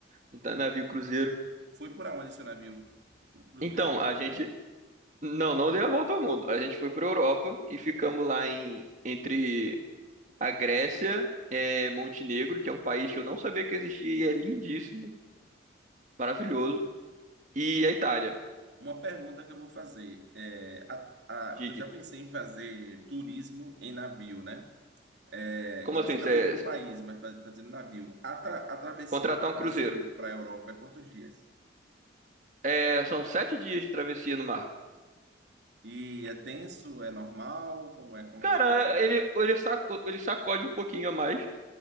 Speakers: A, on the right; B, on the right.
A: em ta- navio cruzeiro.
B: Foi por aonde seu navio?
A: Então,
B: Deu a volta
A: a
B: ao
A: gente,
B: mundo?
A: não, não deu a volta ao mundo. A gente foi pra Europa e ficamos lá em, entre a Grécia, é, Montenegro, que é um país que eu não sabia que existia e é lindíssimo, maravilhoso, e a Itália,
B: Uma pergunta que eu vou fazer, é, a, a-
A: diga.
B: que eu já pensei em fazer turismo em navio, né? É,
A: Como
B: tipo
A: assim,
B: assim,
A: Caramba.
B: não ir para um
A: você
B: país, mas fa- fazer no navio. A, tra- a travessia
A: contratar
B: do Brasil
A: um cruzeiro?
B: para a Europa é quantos dias?
A: É, são sete dias de travessia no mar.
B: E é tenso, é normal, como é, como
A: Cara,
B: é?
A: ele, ele, saco, ele sacode um pouquinho a mais,